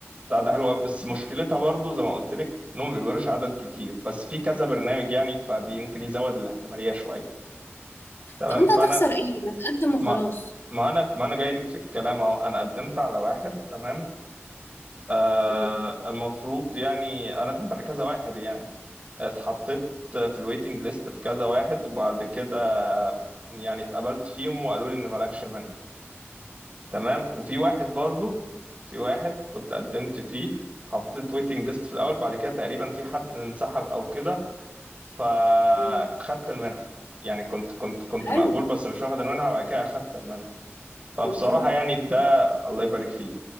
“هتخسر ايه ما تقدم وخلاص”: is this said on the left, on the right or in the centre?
Left